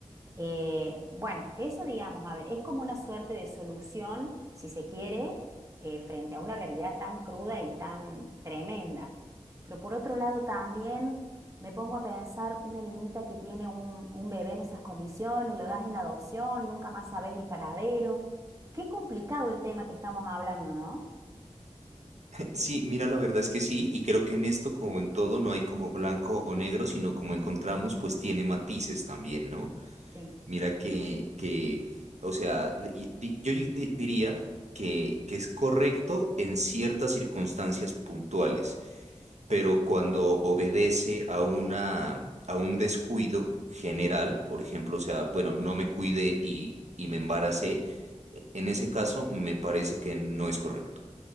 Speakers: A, on the right; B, on the right.
A: Eh, bueno, eso digamos, a ver, es como una suerte de solución, si se quiere, eh, frente a una realidad tan cruda y tan tremenda. Pero por otro lado también me pongo a pensar una niñita que tiene un, un bebé en esas condiciones, lo das en adopción, nunca más sabes el paradero. Qué complicado el tema que estamos hablando, ¿no?
B: Sí, mira, la verdad es que sí, y creo que en esto, como en todo, no hay como blanco o negro, sino como encontramos, pues tiene matices también, ¿no?
A: Sí.
B: Mira que, que o sea, di- di- yo di- diría que, que es correcto en ciertas circunstancias puntuales, pero cuando obedece a una, a un descuido general, por ejemplo, o sea, bueno, no me cuidé y, y me embaracé, e, en ese caso me parece que no es correcto.